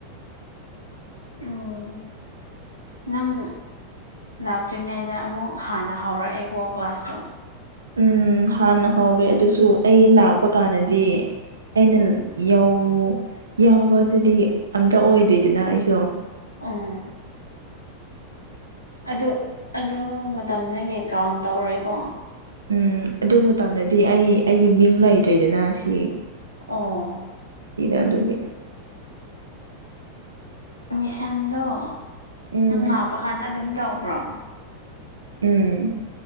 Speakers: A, on the left; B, on the right.
A: ꯎꯝ ꯅꯪ ꯂꯥꯛꯇ꯭ꯔꯤꯉꯩꯗ ꯑꯃꯨꯛ ꯍꯥꯟꯅ ꯍꯧꯔꯛꯑꯦꯀꯣ ꯀ꯭ꯂꯥꯁꯇꯣ
B: ꯎꯝ ꯍꯥꯟꯅ ꯍꯧꯔꯦ ꯑꯗꯨꯁꯨ ꯑꯩ ꯂꯥꯛꯄ ꯀꯥꯟꯗꯗꯤ ꯑꯩꯅ ꯌꯧ ꯌꯥꯎꯕꯗꯗꯤ ꯑꯝꯇ ꯑꯣꯏꯗꯦꯗꯅ ꯑꯩꯁꯨ
A: ꯑꯝ ꯑꯗꯨ ꯑꯗꯨ ꯃꯇꯝꯗꯒꯤ ꯀꯥꯎꯟ ꯇꯧꯔꯣꯏꯀꯣ
B: ꯎꯝ ꯑꯗꯨ ꯃꯇꯝꯗꯗꯤ ꯑꯩ ꯑꯩꯒꯤ ꯃꯤꯡ ꯂꯩꯇ꯭ꯔꯤꯗꯅ ꯁꯤ
A: ꯑꯣ
B: ꯁꯤꯗ ꯑꯗꯨꯒꯤ
A: ꯃꯤꯁꯟꯗꯣ
B: ꯎꯝ
A: ꯅꯪ ꯂꯥꯞꯄ ꯀꯥꯟꯗ ꯑꯗꯨꯝ ꯇꯧꯕ꯭ꯔꯣ
B: ꯎꯝ